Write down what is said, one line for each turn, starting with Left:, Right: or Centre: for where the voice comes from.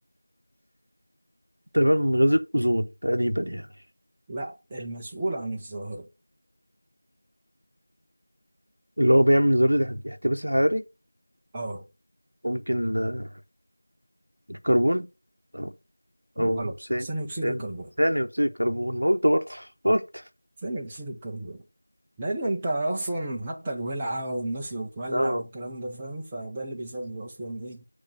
Right: تقريبا من غاز الأوزون تقريبا يعني
Centre: لا المسؤول عن الظاهرة
Right: اللي هو بيعمل ذرة اح- احتباس حراري
Centre: اه
Right: ممكن آه، الكربون أو أو
Centre: غلط
Right: ثاني
Centre: ثاني اكسيد
Right: ثاني
Centre: الكربون
Right: ثاني أكسيد الكربون ما قلت برضه <laughs> قلت
Centre: ثاني اكسيد الكربون لان انت اصلا حتى الولعة والناس اللي بتولع
Right: اه
Centre: والكلام ده فاهم فده اللي بيسبب اصلا ايه